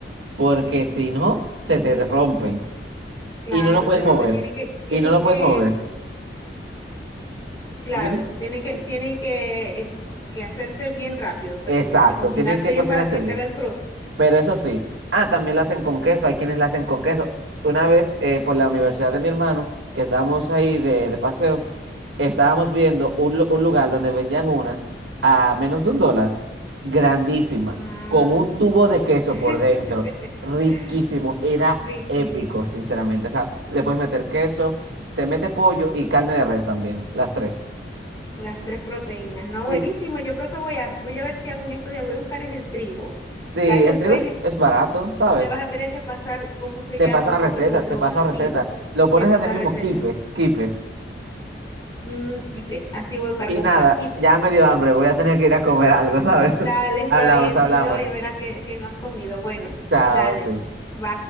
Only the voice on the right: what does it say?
porque si no, se te rompen.
Y no lo puedes
mover.
Y no lo
puedes mover.
Dime.
Sí,
sí.
Exacto.
Tienen que
cocinarse
bien.
Pero eso sí, ah, también lo hacen con queso, hay quienes lo hacen con queso. Una vez eh, por la universidad de mi hermano, que estábamos ahí de, de paseo, estábamos viendo un, lu- un lugar donde vendían una a menos de un dólar, grandísima,
con un tubo de queso
por dentro, riquísimo, era
épico, sinceramente. O sea, le puedes meter queso, se mete pollo y carne de res también, las tres.
Sí,
sí,
el trigo es, es barato, ¿sabes?
Te
paso
la
receta,
te paso
la receta.
Lo
pones
así mismo,
quipes, quipes.
Y
nada,
ya me dio hambre, voy a tener que ir a comer algo, ¿sabes?
<laughs>
Hablamos,
hablamos.
Chao,
sí.